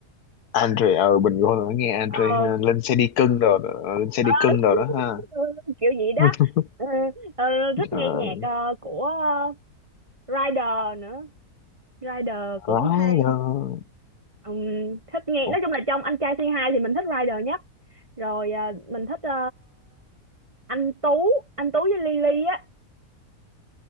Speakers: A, on the left; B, on the right.
A: Andre ờ bình luôn rồi nghe Andre
B: Ờ,
A: ha. lên xe đi cưng rồi đó, ờ, lên xe
B: <laughs>
A: đi cưng rồi đó ha
B: kiểu gì đó
A: <laughs>
B: Ờ, ờ, thích
A: Ờ,
B: nghe nhạc ờ, của ờ, Rider nữa Rider cũng
A: Rider
B: hay Ừm, thích nghe
A: ok
B: nói chung là trong anh trai Say Hi thì mình thích Rider nhất rồi à, mình thích ờ, anh Tú anh Tú với Lily á